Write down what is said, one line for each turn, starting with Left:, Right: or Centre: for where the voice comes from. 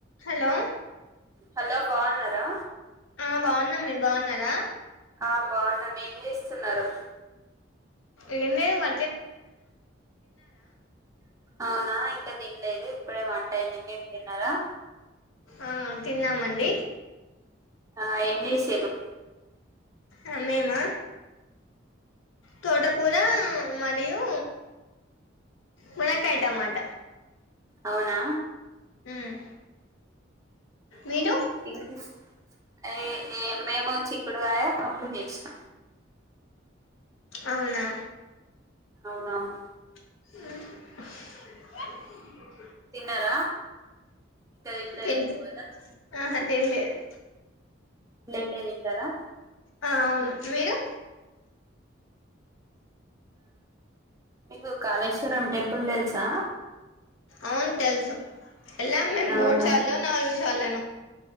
Left: Hello
Right: hello బాగున్నారా
Left: ఆ బాగున్ మీరు బాగున్నారా
Right: ఆ బాగున్నామ్ మేం చేస్తున్నరు
Left: ఏం లేదు మ
Right: అవునా ఇంకా తినలేదు ఇప్పుడే వంన్ వంట అయ్యింది మీరు తిన్నారా
Left: ఆ తిన్నామండి
Right: ఆ ఏం చేసిండ్రు
Left: ఆ మేమా తోటకూర మరియు మునక్కాయ టమాట
Right: అవునా
Left: ఉమ్ మీరు
Right: హ్మ్మ్ వినిపిస్ <unintelligible> చిక్కుడుకాయ పప్పు చేసిన
Left: అవునా
Right: అవునవును
Left: హ్మ్మ్
Right: తిన్నార ఇంక తినలేదేమో
Left: తింటూ
Right: కదా
Left: ఆహా తినలేదు
Right: లేట్ గా తింటారా
Left: ఆ అవును మీరు
Right: మీకు కాళేశ్వరం టెంపుల్ పుల్ తెల్సా
Left: అవును తెల్సు ఎళ్ళాం మేము
Right: అవునా
Left: మూడు సార్లో నాలుగు సార్లనో